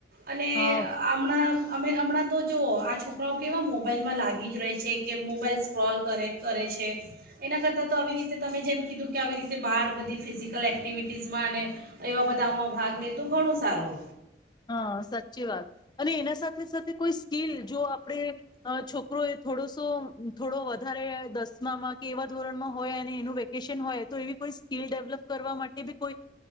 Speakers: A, on the right; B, on the left.
A: અને
B: હા
A: આમણાં અમે હમણાં તો જોઓ આ છોકરાઓ કેવા મોબાઈલમાં લાગી જ રહી છે કે મોબાઈલસ સ્ક્રોલ કરે કરે છે એના કરતાં તો આવી રીતે તમે જેમ કીધું કે આવી રીતે બહાર બધી ફિઝિકલ એક્ટિવિટીઝમાં અને એવા બધામાં ભાગ લે તો ઘણું સારું.
B: હા સાચી વાત અને એના સાથે સાથે કોઈ સ્કીિલ જો આપણે અ છોકરો એ થોડોસો થોડો વધારે દસમામાં કે એવા ધોરણમાં હોય અને એનું વેકેશન હોય તો એવી કોઈ સ્કિલ ડેવલપ કરવા માટે બી કોઈ